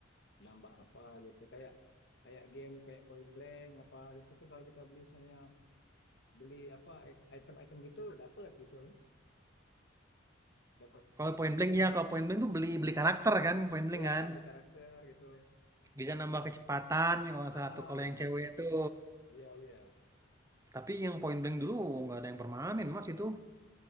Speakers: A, on the left (about 60°); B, on the right (about 15°).
A: nambah apa gitu, kayak kayak game kayak Point Blank apa gitu kan kalau kita beli misalnya beli apa i- item-item gitu dapat gitu kan, dapat
B: kalau
A: dapat
B: point
A: ini.
B: blank ya kalau point blank tuh beli beli karakter kan point blank
A: Iya,
B: kan
A: beli karakter gitu.
B: bisa nambah kecepatan ya kalau nggak
A: Ah,
B: salah tuh kalau yang
A: ah.
B: cewek tuh
A: iya iya.
B: tapi yang point blank dulu nggak ada yang permanen mas itu